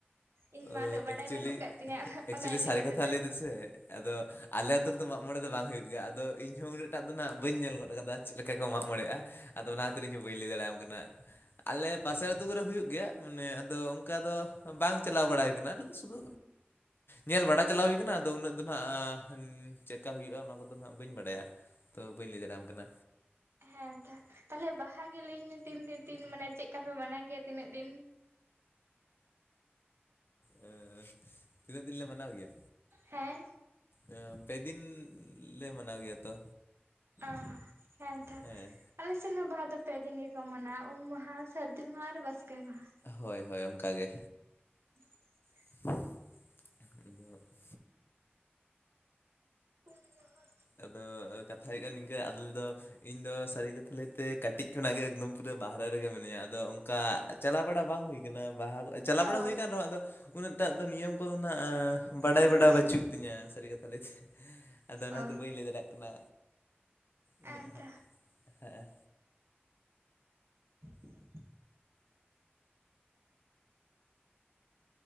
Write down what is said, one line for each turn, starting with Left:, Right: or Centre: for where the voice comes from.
Right: ᱤᱧ ᱢᱟ
Left: ᱚ
Right: ᱩᱱᱟᱹᱜ ᱵᱟᱰᱟᱭ
Left: ᱮᱠᱪᱩᱭᱮᱞᱤ
Right: ᱵᱟᱹᱱᱩᱜ ᱠᱟᱜ ᱛᱤᱧᱟᱹ
Left: ᱮᱠᱪᱩᱭᱮᱞᱤ
Right: ᱚᱱᱟ ᱤᱫᱤ
Left: ᱥᱟᱹᱨᱤ
Right: ᱠᱟᱛᱮ
Left: ᱠᱟᱛᱷᱟ
Right: ᱫᱚ᱾
Left: ᱞᱟᱹᱭᱫ ᱥᱮ ᱟᱫᱚ ᱟᱞᱮ ᱟ ᱟᱹᱛᱩ ᱨᱮᱫᱚ ᱢᱟᱜᱽ ᱢᱚᱬᱮ ᱫᱚ ᱵᱟᱝ ᱦᱩᱭᱩᱜ ᱜᱮᱭᱟ ᱟᱫᱚ ᱤᱧᱦᱚᱸ ᱩᱱᱟᱹᱜ ᱴᱟᱜ ᱫᱚ ᱜ ᱵᱟᱹᱧ ᱧᱮᱞ ᱜᱚᱫ ᱠᱟᱫᱟ ᱪᱮᱫ ᱞᱮᱠᱟ ᱠᱚ ᱢᱟᱜ ᱢᱚᱬᱮᱜᱼᱟ᱾ ᱟᱫᱚ ᱚᱱᱟ ᱠᱷᱟᱹᱛᱤᱨ ᱤᱧᱦ ᱦᱚᱸ ᱵᱟᱹᱧ ᱞᱟᱹᱭ ᱫᱟᱲᱮᱭᱣᱟᱟᱢ ᱠᱟᱱᱟ ᱟᱞᱮ ᱯᱟᱥᱮ ᱟᱹᱛᱩ ᱠᱚᱨᱮ ᱦᱩᱭᱩᱜ ᱜᱮᱭᱟ ᱢᱟᱱᱮ ᱟᱫᱚ ᱚᱱᱠᱟ ᱫᱚ ᱵᱟᱝ ᱥᱩᱫᱩ ᱧᱮᱞ ᱵᱟᱲᱟ ᱪᱟᱞᱟᱣ ᱦᱩᱭ ᱟᱠᱟᱱᱟ ᱩᱱᱟᱹᱜ ᱫᱚ ᱱᱟ ᱪᱮᱫᱮᱠᱟ ᱦᱩᱭᱩᱜᱼᱟ ᱚᱱᱟ ᱠᱚᱫᱚ ᱦᱜ ᱵᱟᱹᱧ ᱵᱟᱲᱟᱭᱟ? ᱛᱚ ᱵᱟᱹᱧ ᱞᱟᱹᱭ ᱫᱟᱲᱮᱣᱟᱟᱢ ᱠᱟᱱᱟ᱾
Right: ᱦᱮᱸᱛᱚ ᱛᱟᱦᱞᱮ ᱵᱟᱦᱟ ᱜᱮ ᱞᱟᱭᱹᱤᱧ ᱛᱤᱱ ᱛᱤᱱ ᱢᱟᱱᱮ ᱪᱮᱫ ᱠᱟ ᱯᱮ ᱢᱟᱱᱟ ᱜᱮᱭᱟ ᱛᱤᱱᱟᱹᱜ ᱫᱤᱱ?
Left: ᱮᱸ ᱛᱤᱱᱟᱹᱜ ᱫᱤᱱ ᱞᱮ ᱢᱟᱱᱟᱣ ᱜᱮᱭᱟ
Right: ᱦᱮᱸ
Left: ᱮᱸ ᱯᱮ ᱫᱤᱱ ᱞᱮ ᱢᱟᱱᱟᱣ ᱜᱮᱭᱟ ᱛᱚ
Right: ᱚᱸ ᱮᱛᱚ
Left: ᱦᱮᱸ
Right: ᱟᱞᱮᱥᱮᱫ ᱦᱚᱸ ᱵᱟᱦᱟ ᱫᱚ ᱯᱮ ᱫᱤᱱ ᱜᱮᱠᱚ ᱢᱟᱱᱟ ᱩᱢ ᱢᱟᱦᱟ, ᱥᱟᱹᱨᱫᱤ ᱢᱟᱦᱟ ᱟᱨ ᱵᱟᱥᱠᱮ ᱢᱟᱦᱟ᱾
Left: ᱦᱳᱭ ᱦᱳᱭ ᱚᱱᱠᱟ ᱜᱮ᱾
Right: <inaudible>
Left: <unintelligible>
Right: ᱯᱮ ᱢᱟᱦᱟ
Left: ᱟᱫᱚ ᱠᱟᱛᱷᱟ ᱦᱩᱭᱩᱜ ᱠᱟᱱᱟ ᱱᱤᱝᱠᱟᱹ ᱟᱞᱮ ᱫᱚ ᱤᱧ ᱫᱚ ᱥᱟᱹᱨᱤ ᱠᱟᱛᱷᱟ ᱞᱟᱹᱭᱛᱮ ᱠᱟᱹᱴᱤᱡ ᱠᱷᱚᱱᱟᱜ ᱜᱮ ᱮᱠᱫᱚᱢ ᱯᱩᱨᱟᱹ ᱵᱟᱦᱨᱮ ᱨᱮᱜᱮ ᱢᱤᱱᱟᱹᱧᱟ ᱟᱫᱚ ᱚᱱᱠᱟ ᱪᱟᱞᱟᱣ ᱵᱟᱲᱟ ᱵᱟᱝ ᱦᱳᱭ ᱠᱟᱱᱟ, ᱵᱟᱦᱟ ᱪᱟᱞᱟᱣ
Right: ᱚ
Left: ᱵᱟᱲᱟ ᱦᱳᱭ ᱟᱠᱟᱱ ᱨᱮᱦᱚᱸ ᱟᱫᱚ ᱩᱱᱟᱹᱜᱴᱟᱜ ᱫᱚ ᱱᱤᱭᱚᱢ ᱠᱚᱫᱚ ᱱᱟᱜ ᱟ ᱵᱟᱰᱟᱭ
Right: ᱛᱟᱦᱚᱞᱮ
Left: ᱵᱟᱰ ᱵᱟᱹᱪᱩᱜ ᱛᱤᱧᱟᱹ ᱥᱟᱹᱨᱤ ᱠᱟᱛᱷᱟ ᱞᱟᱹᱭᱛᱮ ᱟᱫᱚ ᱚᱱᱟ
Right: ᱚ
Left: ᱵᱟᱹᱧ ᱞᱟᱹᱭ ᱫᱟᱲᱮᱭᱟᱜ ᱠᱟᱱᱟ ᱤᱱᱟᱹᱜ
Right: ᱦᱮᱸ
Left: ᱱᱟᱸᱜ
Right: ᱛᱚ
Left: ᱦᱮᱸ
Right: <inaudible>